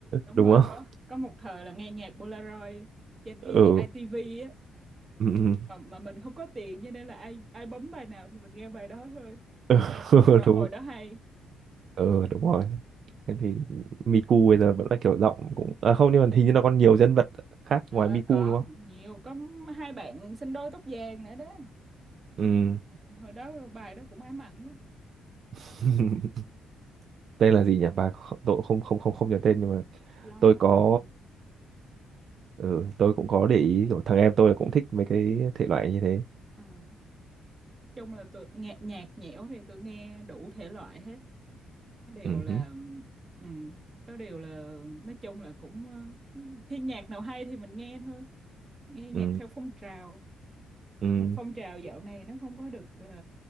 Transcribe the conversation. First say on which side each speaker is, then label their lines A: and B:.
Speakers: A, on the right; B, on the right.
A: đúng
B: đúng
A: rồi
B: không
A: có có một thời là nghe nhạc Polaroid trên cái
B: ừ
A: gì ITV á
B: Ừ, ừ.
A: mà mà mình không có tiền cho nên là ai ai bấm bài nào thì mình nghe bài đó thôi
B: <laughs>
A: nhưng mà nhưng mà
B: đúng
A: hồi đó hay
B: ừ đúng rồi thế thì Miku bây giờ vẫn là kiểu giọng cũng à, không nhưng mà hình như là còn nhiều nhân vật khác
A: Ờ,
B: ngoài Miku
A: còn
B: đúng không
A: nhiều có hai bạn sinh đôi tóc vàng nữa đó
B: ừ
A: hồi đó bài đó cũng ám ảnh đó
B: <laughs> tên là gì nhỉ bà kh- tôi cũng không không không không nhớ tên nhưng mà
A: lâu
B: tôi
A: quá
B: có
A: rồi
B: ừ, tôi cũng có để ý kiểu thằng em tôi cũng thích mấy cái thể loại như thế
A: Ờ, nói chung là tụi nhạc nhạc nhẽo thì tụi nghe đủ thể loại hết nó đều
B: ừ
A: là
B: hứ,
A: ừ, nó đều là nói chung là cũng ờ, khi nhạc nào hay thì mình nghe thôi nghe
B: ừ
A: nhạc theo phong trào
B: ừ
A: Còn phong trào dạo này nó không có được ờ,